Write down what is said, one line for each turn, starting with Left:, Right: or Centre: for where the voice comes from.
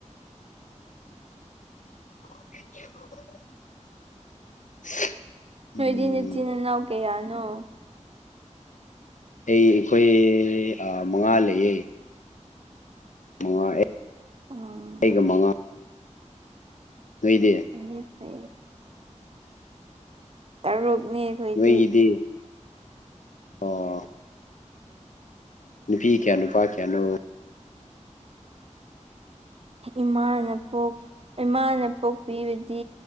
Left: <unintelligible> ꯎꯝ
Right: ꯅꯣꯏꯗꯤ ꯏꯆꯤꯟ ꯏꯅꯥꯎ ꯀꯌꯥꯅꯣ
Left: ꯑꯩ ꯑꯩꯈꯣꯏ ꯃꯉꯥ ꯂꯩꯌꯦ ꯃꯉꯥ
Right: ꯑꯣ
Left: ꯑꯩꯒ ꯃꯉꯥ ꯅꯣꯏꯗꯤ
Right: ꯐꯩꯌꯦ ꯐꯩꯌꯦ ꯇꯔꯨꯛꯅꯦ ꯑꯩꯈꯣꯏꯗꯤ
Left: ꯅꯣꯏꯒꯤꯗꯤ ꯑꯣ ꯅꯨꯄꯤ ꯀꯌꯥ ꯅꯨꯄꯥ ꯀꯌꯥꯅꯣ
Right: ꯏꯃꯥꯅ ꯄꯣꯛ ꯏꯃꯥꯅ ꯄꯣꯛꯄꯤꯕꯗꯤ